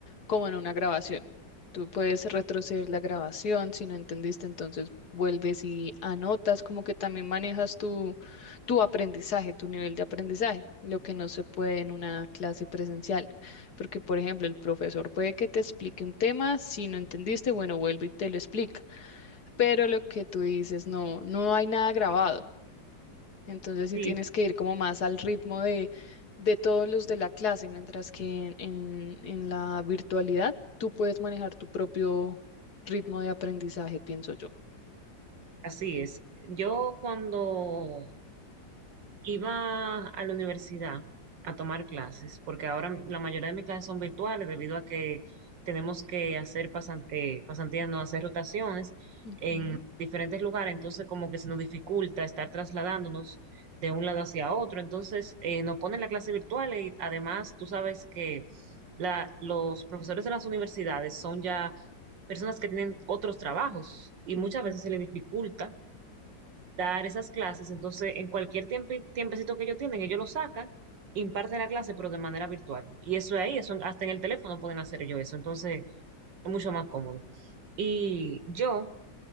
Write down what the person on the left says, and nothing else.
como en una grabación. Tú puedes retroceder la grabación, si no entendiste, entonces vuelves y anotas, como que también manejas tu, tu aprendizaje, tu nivel de aprendizaje, lo que no se puede en una clase presencial. Porque, por ejemplo, el profesor puede que te explique un tema, si no entendiste, bueno, vuelve y te lo explica pero lo que tú dices, no, no hay nada grabado. Entonces sí
tienes que ir como más al ritmo de, de todos los de la clase, mientras que en, en, la virtualidad tú puedes manejar tu propio ritmo de aprendizaje, pienso yo.
Ujú,
ujú.